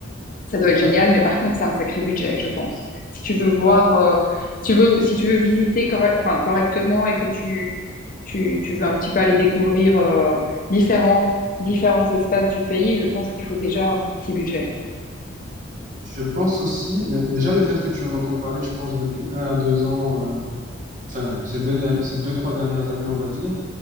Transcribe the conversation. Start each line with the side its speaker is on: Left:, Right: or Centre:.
Left: ça doit être
Right: Bah,
Left: génial, mais par contre, c'est un sacré budget, je pense. Si tu veux voir, euh, si tu veux, si tu veux visiter corre- enfin, correctement et que tu, tu, tu veux un petit peu aller découvrir euh, différents, différents espaces du pays, je pense qu'il faut déjà un petit budget.
Right: je pense aussi, mais déjà le fait que tu en entends parler, je pense depuis un à deux ans, euh, enfin ces deux, derni- ces deux trois dernières années, on va dire,